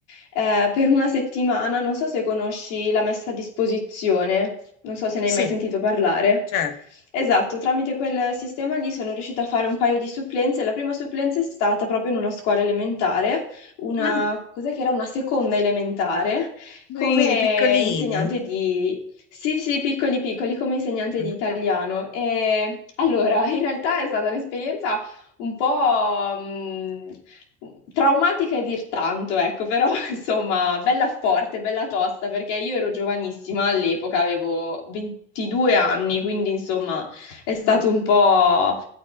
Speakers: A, on the left; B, on the left.
A: eh, per una settimana. Non so se conosci la messa a disposizione, non so se ne
B: Sì,
A: hai mai sentito parlare.
B: certo.
A: Esatto, tramite quel sistema lì sono riuscita a fare un paio di supplenze. La prima supplenza è stata proprio in una scuola elementare, una,
B: Mm,
A: cos'è che era? Una seconda elementare come
B: Piccolini, piccolini.
A: insegnante di sì, sì, piccoli piccoli come insegnante
B: Mhm.
A: di italiano. E, allora, in realtà è stata un'esperienza un po' mh, traumatica e dir tanto, ecco, però <laughs> insomma, bella forte, bella tosta, perché io ero giovanissima all'epoca, avevo 22 anni, quindi insomma è stato
B: mm.
A: un po'